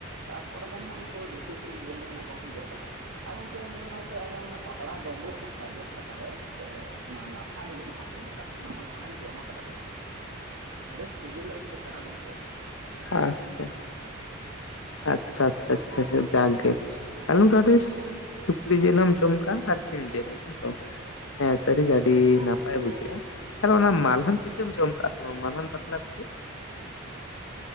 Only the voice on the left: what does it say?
ᱟᱪᱪᱷᱟ, ᱟᱪᱪᱷᱟ᱾ ᱟᱪᱪᱷᱟ, ᱟᱪᱪᱷᱟ, ᱟᱪᱪᱷᱟ, ᱟᱪᱪᱷᱟ ᱡᱟᱠ ᱜᱮ ᱟᱞᱮ ᱱᱚᱰᱮᱥ ᱥᱩᱠ ᱥᱩᱠᱨᱤ ᱡᱤᱞ ᱦᱚᱢ ᱡᱚᱢ ᱠᱟᱜ-ᱟ ᱟᱨ ᱥᱤᱢ ᱡᱤᱞ ᱦᱮᱛᱚ ᱦᱮᱸ ᱥᱟᱹᱨᱤ ᱜᱮ ᱟᱹᱰᱤ ᱱᱟᱯᱟᱭ ᱵᱩᱡᱷᱟᱹᱜ-ᱟ ᱾ ᱛᱟᱦᱞᱮ ᱚᱱᱟ ᱢᱟᱞᱦᱟᱱ ᱯᱤᱴᱷᱟᱹᱢ ᱡᱚᱢ ᱠᱟᱜ-ᱟ ᱥᱮ ᱵᱟᱝ ᱢᱟᱞᱦᱟᱱ ᱯᱟᱛᱲᱟ ᱯᱤᱴᱷᱟᱹ?